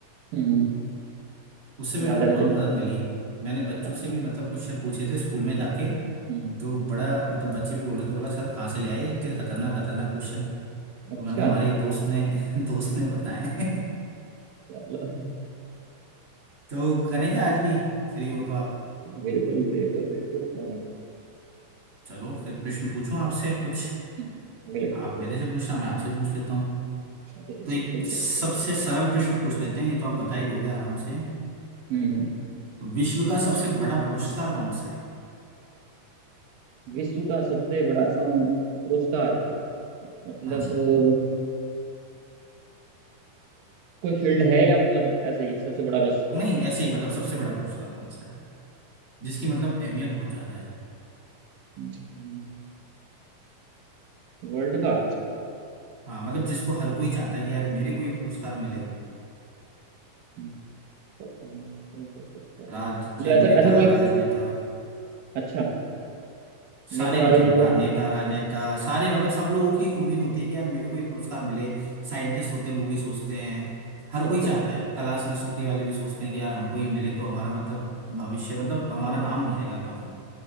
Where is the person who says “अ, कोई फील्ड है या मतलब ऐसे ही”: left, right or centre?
Right